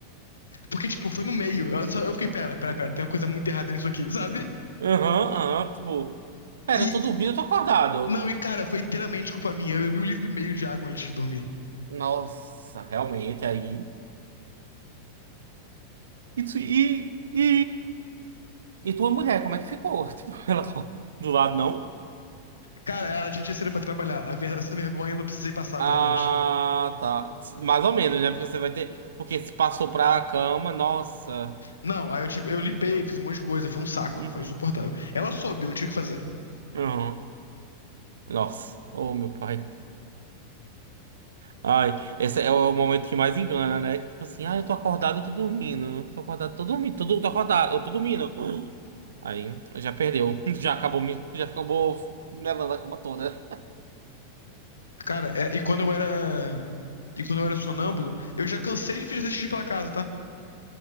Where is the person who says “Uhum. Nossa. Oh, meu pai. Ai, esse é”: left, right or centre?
Right